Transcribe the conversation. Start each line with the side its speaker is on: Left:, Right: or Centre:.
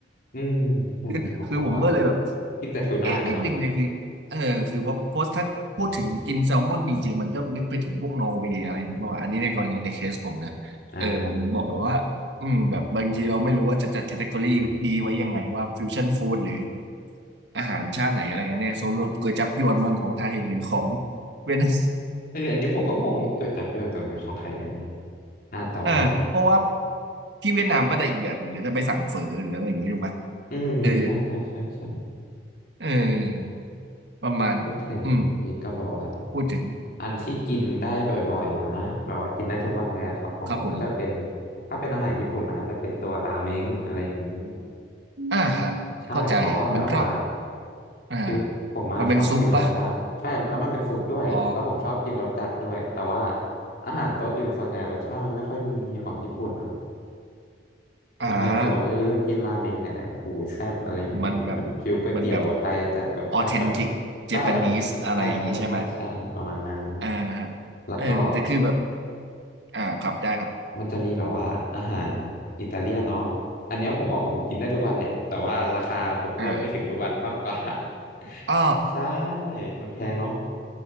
Left: อืมใช่ไหมผมก็ว่า
Right: <laughs> คือผมก็เลยแบบ
Left: กินแต่ทูน่ากันเนาะ
Right: เอ๊ะนิดนึงเนี่ยคือเออคือพอโพสต์ถ้าพูดถึงกินแซลมอนจริงๆมันก็นึกไปถึงพวกนอร์เวย์อะไรอย่างเงี้ยาอันนี้ในกรณีในเคสผมนะเออผมถึงบอกเลยว่าอืมแบบบางทีเราไม่รู้ว่าจะจัดแคตตากรีดีไว้ยังไงว่าฟิวชั่นฟู้ดหรือ
Left: อ่า
Right: อาหารชาติไหนอะไรกันเนี่ยสรุปก๋วยจั๊บยวนมันของไทยหรือของเวียดนาม <laughs>
Left: เอออันนี้ผมก็งงเกิดจับยวนตัวเป็นของใครกันเนี่ยอ่าแต่ว่า
Right: เออเพราะว่าที่เวียดนามก็จะอีกแบบหนึ่งเดี๋ยวจะไปสั่งเฝอหรืออะไรอย่างงี้ถูกไหม
Left: อืมใช่ใช่ใช่ใช่
Right: เออเออประมาณ
Left: พูดถึงเมื่อกี้ก็แบบว่า
Right: อืมพูดถึง
Left: อันที่กินได้บ่อยๆนะแบบว่ากินได้ทุกวันเลยอะครับของผมก็จะเป็น
Right: ครับผม
Left: ถ้าเป็นอาหารญี่ปุ่นนะจะเป็นตัวราเมงอะไรอย่างนี้
Right: อ่าฮะเข้าใจมันก็
Left: ใช่เพราะว่าแบบว่า
Right: อ่า
Left: คือผมอะชอบกินรสจัดใช่แล้วมันเป็นซุปด้วยแล้วผมชอบกินรสจัดด้วยแต่ว่า
Right: มันเป็นซุปปะอ๋อ
Left: อาหารตัวอื่นส่วนใหญ่รสชาติมันไม่ค่อยมีของญี่ปุ่นอะ
Right: อ่า
Left: ผมก็เลยรู้สึกว่าเออกินราเมงเนี่ยแหละโอ้โหแซ่บอะไรอย่างนี้มันฟิลก๋วยเตี๋ยวไทยแต่รสชาติแบบ
Right: มันแบบมันแบบออเทนติกเจแปนิสอะไรอย่างนี้ใช่ไหม
Left: ใช่ใช่ใช่ใช่ใช่ประมาณนั้น
Right: อ่าฮะ
Left: แล้วก็
Right: เออแต่คือแบบอ่าครับได้ครับ
Left: มันจะมีแบบว่าอาหารอิตาเลียนเนาะอันเนี้ยผมว่าผมกินได้ทุกวันแหละ แต่ว่าราคาผมเอื้อมไม่ถึงทุกวันมากกว่า
Right: อ่าอ๋อ
Left: <laughs> ใช่ มันแพงเนาะ